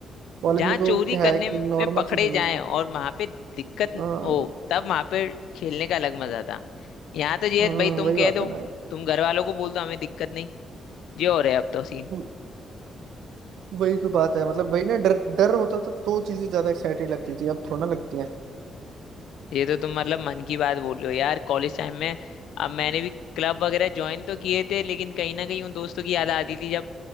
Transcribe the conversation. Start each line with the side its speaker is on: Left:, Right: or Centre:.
Right: कॉलेज
Left: जहाँ
Right: में तो
Left: चोरी
Right: क्या
Left: करने
Right: है कि
Left: में
Right: नॉर्मल
Left: पकड़े
Right: चीजें
Left: जाएं
Right: हैं।
Left: और वहां पे दिक्कत
Right: हाँ,
Left: हो तब वहां पे खेलने का अलग मजा था यहाँ तो ये
Right: हाँ,
Left: है, भाई तुम
Right: वही
Left: कह
Right: बात
Left: दो
Right: है ना
Left: तुम घर वालों को बोल दो हमें दिक्कत नहीं ये हो रहा है अब तो सीन
Right: वो- वही तो बात है मतलब वही ना डर डर होता था तो चीजें ज्यादा एक्साइटेड लगती थी अब थोड़ा ना लगती है
Left: ये तो तुम मतलब मन की बात बोल रहे हो यार कॉलेज टाइम में अब मैंने भी क्लब वगैरह ज्वाइन तो किए थे लेकिन कहीं ना कहीं उन दोस्तों की याद आती थी जब